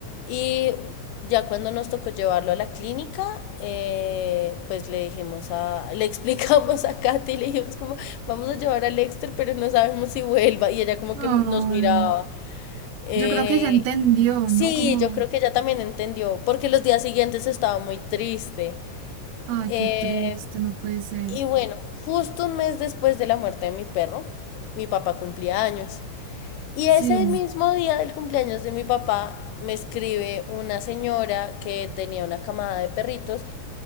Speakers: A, on the left; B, on the right.
A: Y ya cuando nos tocó llevarlo a la clínica, eh, pues le dijimos a, le <laughs> explicamos a Katy, le dijimos como, vamos a llevar a Lexter, pero no sabemos si vuelva. Y ella como
B: Ay,
A: que nos miraba. Eh,
B: yo creo que ya entendió,
A: sí,
B: ¿no? Como,
A: yo creo que ella también entendió, porque los días siguientes estaba muy triste.
B: ay,
A: Eh,
B: qué triste, no puede ser.
A: y bueno, justo un mes después de la muerte de mi perro, mi papá cumplía años. Y
B: Sí.
A: ese mismo día del cumpleaños de mi papá me escribe una señora que tenía una camada de perritos.